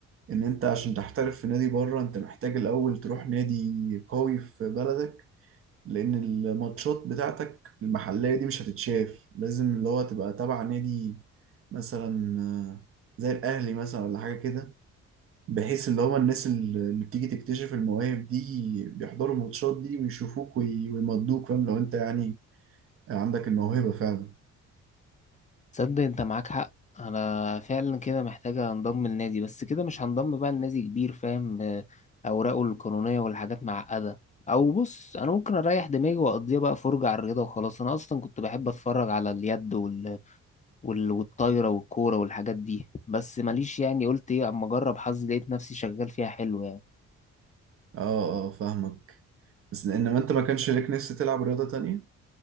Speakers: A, on the right (about 50°); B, on the left (about 25°).
A: ان انت عشان تحترف في نادي بره انت محتاج الاول تروح نادي قوي في بلدك لان الماتشات بتاعتك المحلية دي مش هتتشاف لازم اللي هو تبقى تبع نادي مثلا آه، زي الاهلي مثلا ولا حاجة كده بحيث اللي هو الناس ال- اللي بتيجي تكتشف المواهب دي بيحضروا الماتشات دي ويشوفوك وي- ويمضوك فاهم لو انت يعني عندك الموهبة فعلا
B: تصدق انت معاك حق انا فعلا كده محتاجة انضم للنادي بس كده مش هنضم بقى لنادي كبير فاهم آه، اوراقه القانونية والحاجات معقدة او بص انا ممكن اريح دماغي واقضيها بقى فرجة على الرياضة وخلاص انا اصلا كنت بحب اتفرج على اليد وال وال- والطايرة والكورة والحاجات دي بس ماليش يعني قلت ايه اما اجرب حظي لقيت نفسي شغال فيها حلو يعني
A: اه اه فاهمك بس انما انت ما كانش ليك نفس تلعب رياضة تانية